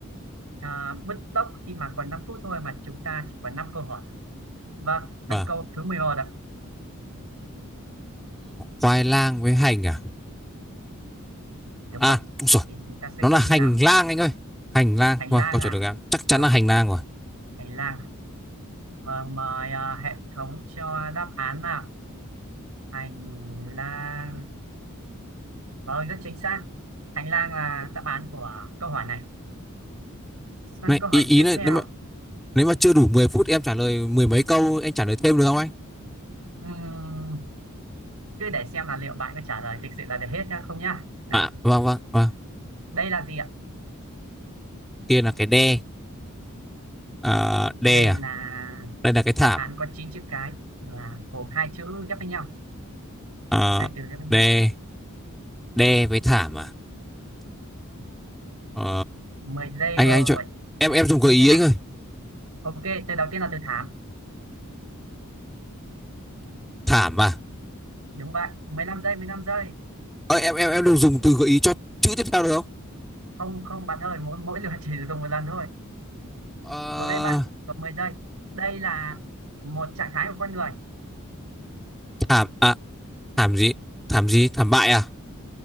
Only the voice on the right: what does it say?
à, bứt tốc khi mà còn 5 phút thôi mà chúng ta chỉ còn 5 câu hỏi vâng
sang câu thứ 11 ạ
đúng
vậy
thì chúng ta sẽ
có
gì nào
hành
lang
à
vâng
hành lang và mời à, hệ thống cho đáp án nào hành lang vâng rất chính xác hành lang là đáp án của câu hỏi này sang
câu hỏi
tiếp
theo
Ừm, cứ để xem là liệu bạn có trả lời thực sự là được hết nhá không nhá nào
đây là gì ạ
đây
là
đáp án có 9 chữ cái là gồm hai chữ ghép với nhau
hai từ ghép với nhau
10 giây
rồi
nhanh
nhanh
lên nào
ok từ đầu tiên là từ thảm
đúng vậy 15 giây 15 giây
không không bạn ơi mỗi mỗi lượt <laughs> chỉ dùng một lần thôi
cố lên bạn còn 10 giây đây là một trạng thái của con người